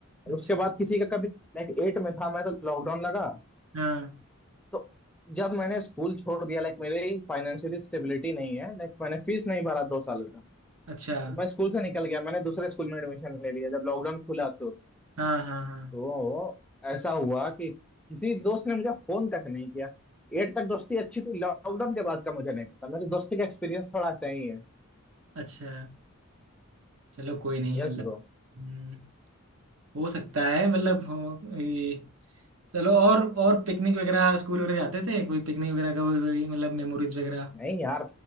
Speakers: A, on the right; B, in the centre.
A: अच्छा
B: उसके बाद किसी का कभी लाइक एट में था मैं तो लॉकडाउन लगा
A: हाँ
B: तो जब मैंने स्कूल छोड़ दिया लाइक मेरी फाइनेंशियली स्टेबिलिटी नहीं है लाइक मैंने फीस नहीं भरा दो साल का
A: अच्छा
B: तो मैं स्कूल से निकल गया मैंने दूसरे स्कूल में एडमिशन ले लिया जब लॉकडाउन खुला तो
A: हाँ हाँ हाँ
B: तो ऐसा हुआ कि किसी दोस्त ने मुझे फोन तक नहीं किया एट तक दोस्ती अच्छी थी लॉकडाउन के बाद का मुझे नहीं पता मेरी दोस्ती का एक्सपीरियंस थोड़ा सही है
A: अच्छा चलो कोई नहीं
B: Yes
A: मतलब
B: bro.
A: हम्म, हो सकता है मतलब हो ये चलो और और पिकनिक वगैरह स्कूल वगैरह जाते थे कोई पिकनिक वगैरह का कोई मतलब मेमोरीज वगैरह
B: नहीं यार